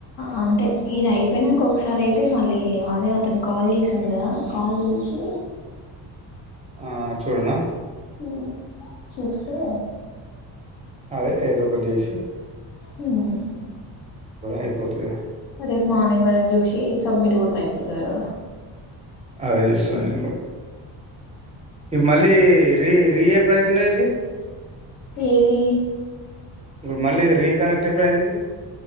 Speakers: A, on the left (about 60°); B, on the right (about 15°).
A: అంతే ఇది అయిపోయినాక ఒకసారి అయితే మళ్ళీ అదే అతను కాల్ చేసిండు కదా కాల్ చేసి
B: ఆ చూడనా
A: ఇడు చూసే
B: అదే ఏద ఒక జేసి
A: హ్మ్
B: అయిపోతుంది
A: రేపు మార్నింగ్ వరకు జుషి ఏ సబ్మిట్ కొడుతే అయిపోతది కదా
B: అదే చూస్తా నేను కూడా ఈ మళ్ళీ రే రేప్ పైతున్నాయి ఇవి
A: ఏవి
B: ఇప్పుడు మళ్ళీ ఇది రీకనెక్ట్ ఎప్పుడయింది ఇది